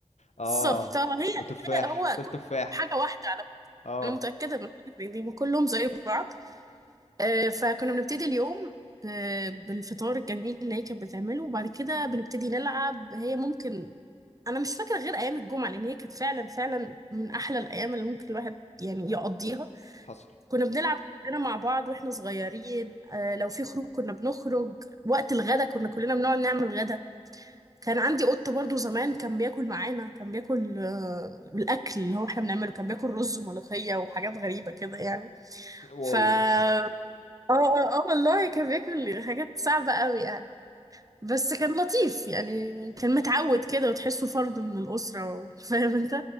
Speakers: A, on the right (about 30°); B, on the left (about 80°).
A: بالظبط
B: اه
A: هو هي
B: وتفاح
A: هي- هو
B: كل
A: كل
B: تفاح
A: حاجة واحدة على
B: اه
A: أنا متأكدة من حاجة زي دي وكلهم زي بعض آه، فكنا بنبتدي اليوم آه، بالفطار الجميل اللي هي كانت بتعمله وبعد كده بنبتدي نلعب هي ممكن أنا مش فاكرة غير أيام الجمعة لأن هي كانت فعلا فعلا من أحلى الأيام اللي ممكن الواحد يعني يقضيها
B: حصل
A: كنا بنلعب كلنا مع بعض واحنا صغيرين آه، لو في خروج كنا بنخرج وقت الغدا كنا كلنا بنقعد نعمل غدا كان عندي قط برضو زمان كان بياكل معانا كان بياكل آه، الاكل اللي هو احنا بنعمله كان بياكل رز وملوخيه وحاجات غريبه كده يعني ف
B: واو
A: اه
B: <laughs>
A: اه آه والله كان بياكل حاجات صعبه قوي يعني بس كان لطيف يعني كان متعود كده وتحسه فرد من الاسره و- <laughs> فاهم انت